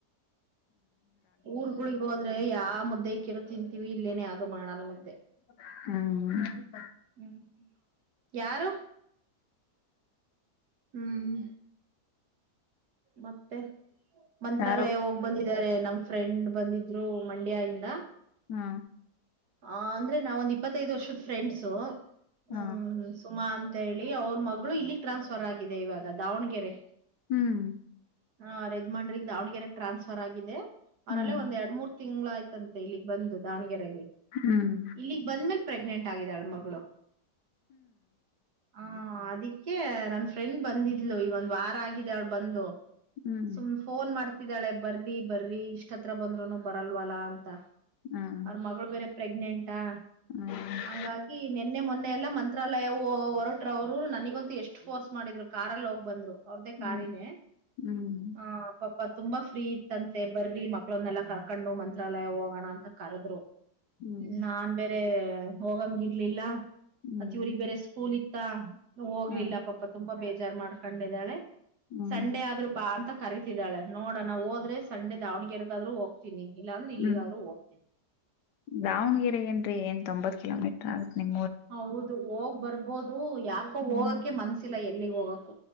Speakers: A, on the right; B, on the left.
A: ಊರ್ಗಳಗ್ ಹೋದ್ರೆ ಯಾವ ಮುದ್ದೆ ಕಿರು ತಿಂತೀವಿ ಇಲ್ಲೇನೆ ಯಾವ್ದು ಮಾಡಲ್ ಮುದ್ದೆ
B: ಹ್ಮ್
A: ಹ್ಮ್ ಯಾರು ಹ್ಮ್ ಮತ್ತೆ ಮಂತ್ರಾಲಯ
B: ಯಾರೋ
A: ಹೋಗ್ ಬಂದಿದ್ದಾರೆ ನಮ ಫ್ರೆಂಡ್ ಬಂದಿದ್ರು ಮಂಡ್ಯ ಇಿಂದ
B: ಹ್ಮ
A: ಹ ಅಂದ್ರೆ ನಾವ ಒಂದ್ ಇಪ್ಪತ್ತೈದು ವರ್ಷದ ಫ್ರೆಂಡ್ಸು ಹ್ಮ್
B: ಹ
A: ಸುಮ ಅಂತ ಅ ಹೇಳಿ ಅವ್ರ ಮಗಳು ಇಲ್ಲಿಗ್ ಟ್ರಾನ್ಸ್ಫರ್ ಆಗಿದೆ ಇವಾಗ ದಾವಣಗೆರೆ
B: ಹ್ಮ್
A: ಹ ರೆಜ್ಮಾಂಡ್ರಿಗೆ ದಾವಣಗೆರೆಗೆ ಟ್ರಾನ್ಸ್ಫರ್ ಆಗಿದೆ ಅವರಲ್ಲ
B: ಹ್ಮ್
A: ಒಂದ ಎರಡ್ ಮೂರ್ ತಿಂಗ್ಗಳ ಆಯ್ತಂತೆ ಇಲ್ಲಿ ಬಂದು ದಾವಣಗೆರೆಗೆ
B: ಹ್ಮ್
A: ಇಲ್ಲಿ ಬಂದ್ಮೇಲೆ ಪ್ರೆಗ್ನೆಂಟ್ ಆಗಿದಾಳ ಮಗಳು ಹ ಅದಿಕ್ಕೆ ನನ್ ಫ್ರೆಂಡ್ ಬಂದಿದ್ಲು ಈಗ ಒಂದ್ ವಾರ ಆಗಿದೆ ಅವಳು ಬಂದು
B: ಹ್ಮ್
A: ಸುಮ್ ಫೋನ್ ಮಾಡ್ತಿದ್ದಾಳೆ ಬರ್ರಿ ಬರ್ರಿ ಇಷ್ಟತ್ರ ಬಂದ್ರುನು ಬರಲ್ವಲ್ಲ ಅಂತ
B: ಹ್ಮ್
A: ಅವ್ರ ಮಗಳು ಬೇರೆ ಪ್ರೆಗ್ನೆಂಟಾ
B: ಹ
A: ಹಂಗಾಗಿ ನಿೆನ್ನೆ ಮೊನ್ನೆ ಎಲ್ಲಾ ಮಂತ್ರಾಲಯವು ಹೊರಟ ಅವ್ರರು ನನಗಂತೂ ಎಷ್ಟ್ ಫೋರ್ಸ್ ಮಾಡಿದ್ರು ಕಾರಾರ್ಲ್ಲಿ ಹೋಗ್ ಬಂದ್ರು ಅವ್ರ್ದೇ
B: ಹ್ಮ್
A: ಕಾರಿದೆ
B: ಹ್ಮ್
A: ಆ ತುಂಬಾ ಫ್ರೀ ಇತ್ತಂತೆ ಬರಲಿ ಮಕ್ಳನ್ನೆಲ್ಲಾ ಕರ್ಕೊಂಡು ಮಂತ್ರಾಲಯ ಹೋಗೋಣ ಅಂತ ಕರದ್ರು
B: ಹ್ಮ್
A: ನಾನ್ ಬೇರೆ ಹೋಗಂಗ ಇರ್ಲಿಲ್ಲ
B: ಹ್ಮ್
A: ಮತ್ತ ಇವ್ರಿಗೆ ಬೇರೆ ಸ್ಕೂಲ್ ಇತ್ತು ತ್ತ ಹೋಗ್ಲಿಲ್ಲ
B: ಹ
A: ಪಾಪ ತುಂಬಾ ಬೇಜಾರ್ ಮಾಡ್ಕೊಂಡಿದ್ದಾಳೆ
B: ಹ್ಮ್
A: ಸಂಡೆ ಆದ್ರು ಬಾ ಅಂತ ಕರಿತಿದ್ದಾಳ ನೋಡ ನಾ್ ಹೋದ್ರೆ ಸಂಡೆ ದಾವಣಗೆರೆಗಾದ್ೂ ಹೋಗ್ತಿನಿ ಇಲ್ಲಾಂದ್ರೆ ಇಲ್ಲಿಗಾದ್ೂೋಗ್ತೀನಿ
B: ಹ್ಮ್ ದಾವಣಗೆರೆ ನ್ೀ ಏನ್ ತೊಂಬತ್ ಕಿಲೋಮೀಟರ್ ಆಗುತ್ತತ್ ನಿಮ್ಗೆ
A: ಹೌದು ಹೋಗ್ ಬರ್ಬೋದು ಯಾಕೋ
B: ಹ್ಮ್
A: ಹೋಗಕ ಮನ್ಸಿಲ್ಲ ಎಲ್ಲಿಗ್ ಹೋಗಕ್ಕ